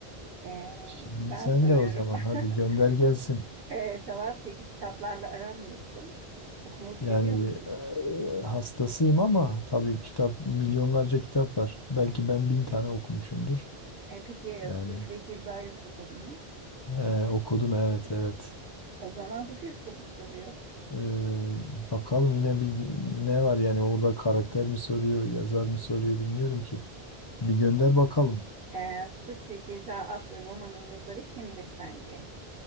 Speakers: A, on the right; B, on the left.
A: e, e,
B: Şimdi
A: ben
B: sen
A: soruyorum.
B: de o zaman
A: <laughs>
B: hadi gönder gelsin.
A: E, tamam peki kitaplarla aran nasıl? Okumayı seviyor
B: Yani
A: musun?
B: e, hastasıyım ama tabii kitap milyonlarca kitap var. Belki ben bin tane okumuşumdur.
A: E, peki e,
B: Yani
A: Suç ve Ceza'yı okudun mu?
B: e, okudum evet evet.
A: O zaman bilirsin bu soruyu.
B: E, bakalım yine bir ne var yani orada karakter mi soruyor, yazar mı soruyor bilmiyorum ki. Bir gönder bakalım.
A: E, Suç ve Ceza adlı romanın yazarı kimdir sence?